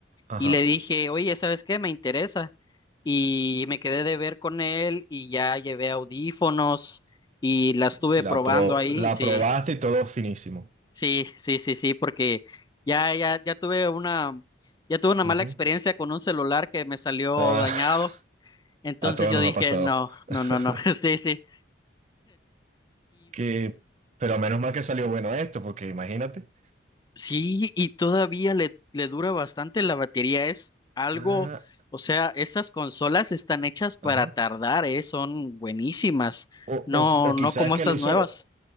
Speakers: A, on the right (about 40°); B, on the left (about 25°).
A: Ajá.
B: Y le dije, oye, ¿sabes qué? Me interesa. Y me quedé de ver con él y ya llevé audífonos y la estuve
A: Y la,
B: probando
A: pro,
B: ahí.
A: la
B: Sí,
A: probaste y todo finísimo.
B: sí, sí, sí, sí, porque ya, ya, ya tuve una, ya tuve una mala
A: Ujú.
B: experiencia con un celular que me salió
A: Ah,
B: dañado. Entonces
A: A todos
B: yo
A: nos
B: dije,
A: ha pasado.
B: no,
A: <laughs>
B: no, no, no, <laughs> sí, sí.
A: Que, pero menos mal que salió bueno esto, porque imagínate.
B: Sí, y todavía le, le dura bastante la batería. Es algo,
A: Ah,
B: o sea, esas consolas están hechas para
A: ajá.
B: tardar, ¿eh? Son buenísimas.
A: O,
B: No,
A: o, o
B: no
A: quizás
B: como
A: que
B: estas
A: le hizo,
B: nuevas.